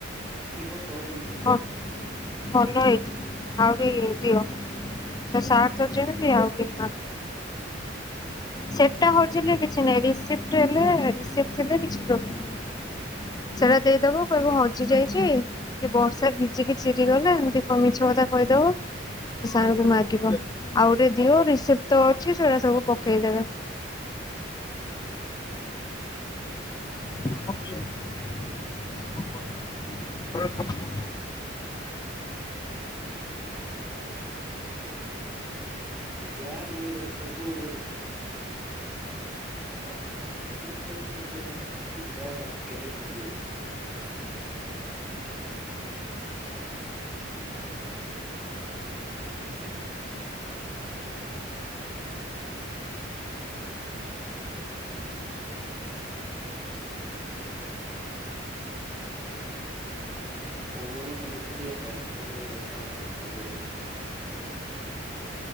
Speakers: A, in the centre; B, on the left.
A: ଥିବ ତ ବୋଲ
B: ହଁ। ଭଲ ହେଇଛି ଆହୁରି ଦିଅ ତ ସାଟ ଯେମିତି ଆହୁରି। ସେଟା ହଜିଲେ କିଛି ନାହିଁ ରିସିପ୍ଟ ହେଲେ କିଛି ରିସିପ୍ଟ ଥିଲେ କିଛି ପ୍ରୋବ୍ଲେମ ନାହିଁ। ସେଇଟା ଦେଇଦବ କହିବ ହଜି ଯାଇଛି। କି ବର୍ଷା ଭିଜିକି ଚିରିଗଲେ ଏମିତି କଁ ମିଛ କଥା କହିଦବ। ସାରଙ୍କୁ ମାଗିବ ଆଉ ଗୋଟେ ଦିଅ ରିସିପ୍ଟ ତ ଅଛି ସେଟା ସବୁ। ପକେଇ ଦେବ। <unintelligible>
A: ବିଚାର ମୁଇଁ ଗୋଟେ ସବୁ ଗୋଟେ ଜିନାରିଲ। <unintelligible> ହୁଁ <unintelligible> ମୋମନ ଖାଲି ସେଟିଆ ଖାଉଛି କେତେବେଳେ ଏଇଟା ହବ ସେପଟେ ପବନ